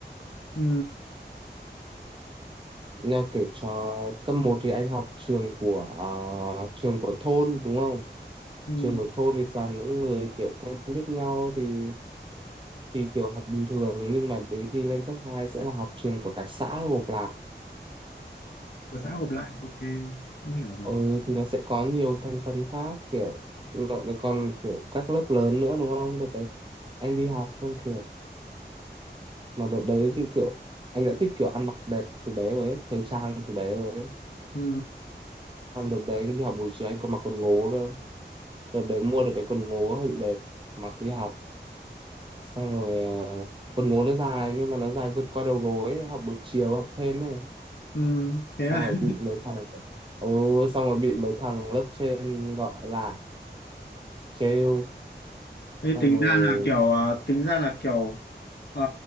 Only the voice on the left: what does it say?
ừ,
ừ.
của xã gộp lại ok cũng hiểu rồi
ừ.
Ừ, thế
à?
<laughs> Thế
tính
ra là kiểu ờ, tính ra là kiểu ờ,